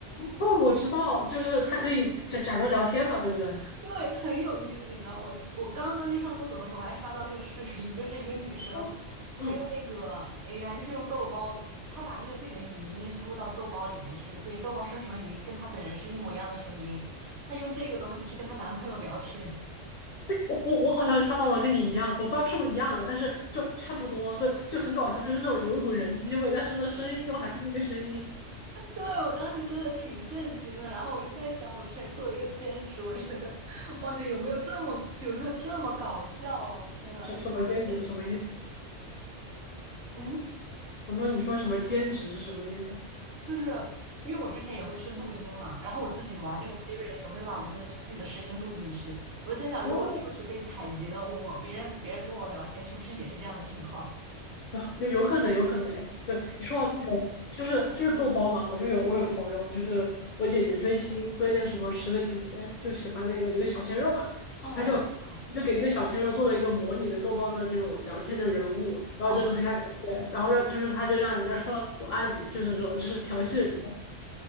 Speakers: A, on the left; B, on the right.
A: 哦，我知道，就是它可以假假装聊天嘛，对不对？
B: <laughs> 对，它很有意思，你知道，我我刚刚去上厕所的时候，我还刷到那个视频，就是一个女生，
A: 哦嗯，
B: 她用那个 AI，就是用豆包，她把那个自己的语音输入到豆包里面去，所以豆包生成的语音跟她本人是一模一样的声音，她用这个东西去跟她男朋友聊天。
A: 我我我好像刷到了跟你一样的，我不知道是不是一样的，但是就差不多，对，就很搞笑，就是那种有一股人机味，但是呢，声音又还是那个声音。
B: 对，我当时真的挺震惊的，然后我就在想，我之前做了一个兼职，我就觉得，哇塞，有没有这么有没有这么搞笑啊天啊，
A: 什什么兼职？
B: 一本神奇。
A: 什么意思？
B: 嗯，
A: 我说你说什么兼职是什么意思？
B: 就是因为我之前也会去录音嘛，然后我自己玩那个 Siri 的时候，会把我自己的自己的声音录进去。我就在想，
A: 哦。
B: 如果数据被采集了，我别人别人跟我聊天，是不是也是这样的情况？
A: <laughs> 啊，有有可能，有可能诶。对，你说到这个，就是就是豆包嘛，我就有我有朋友，就是我姐姐追星追那个什么《十个勤天》，就喜欢那个一个小鲜肉嘛，
B: 哦，
A: 他就
B: 我知道，
A: 就给那个小鲜肉做了一个模拟的豆包的那种聊天的人物，然后就能陪他聊天，
B: 哇。
A: 然后让就是他就让人家说我爱你，就是这种就是调戏人家，